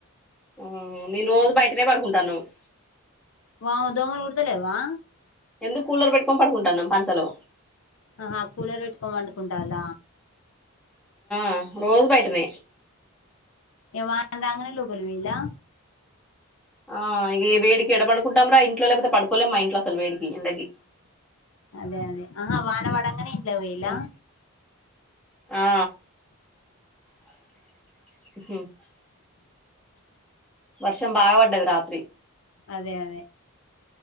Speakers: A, in the centre; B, on the left.
A: ఊ నేను రోజు బయటనే పడుకుంటానామ్
B: వావ్ దోమలుకుడతలేవా
A: ఎందుకు కూలర్ పెట్టుకోని పడుకుంటాన్నాం పంచలో
B: ఆహా కూలర్ పెట్టుకొని పండుకుంటాల
A: ఆహ్ రోజు బయటనే
B: ఇగ వానా రాంగనే లోపలికి వోయ్యిళ్ల
A: ఆ ఇగ ఈ వేడికి ఎడ పడుకుంటాం రా ఇంట్లో లేకపోతే పడుకోలేం మా ఇంట్లో అసలు వేడికి ఎండకి.
B: అదే అదే ఆహ వానవడంగనే ట్లా వొయ్యిళ్ల
A: మస్త్ ఆ <unintelligible> వర్షం బాగావడ్డది రాత్రి
B: అదే అదే